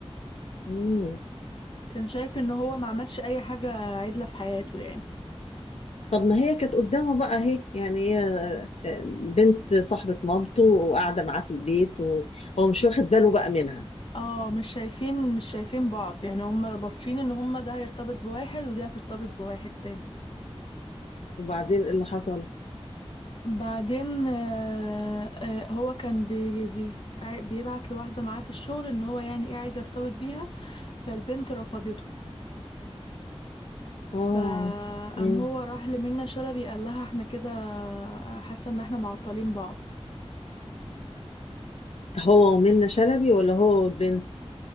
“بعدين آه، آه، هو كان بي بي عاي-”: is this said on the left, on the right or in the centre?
Left